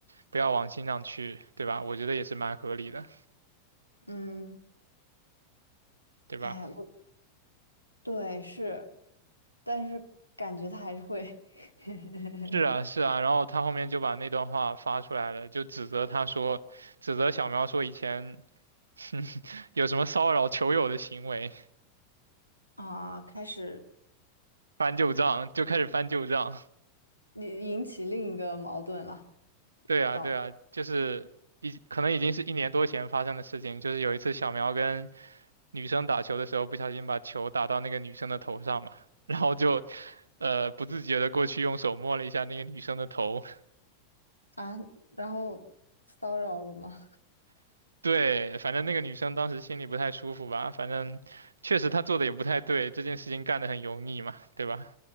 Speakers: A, on the right; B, on the left.
A: 不要往心上去，对吧？我觉得也是蛮合理的，
B: 嗯，
A: 对吧？
B: 哎，我对是，但是感觉他还是会 <laughs>
A: 是啊，是啊，然后他后面就把那段话发出来了，就指责他说，指责小苗说以前 <laughs> 有什么骚扰球友的行为，
B: 啊，开始
A: 翻旧账，就开始翻旧账。
B: 引引起另一个矛盾了，
A: 对啊，
B: 搞
A: 对啊，就是已可能已经是一年多前发生的事情，就是有一次小苗跟女生打球的时候，不小心把球打到那个女生的头上嘛，然后就呃不自觉的过去用手摸了一下那个女生的头，
B: 啊，然后骚扰了吗？
A: <laughs> 对，反正那个女生当时心里不太舒服吧，反正确实她做的也不太对，这件事情干得很油腻嘛，对吧？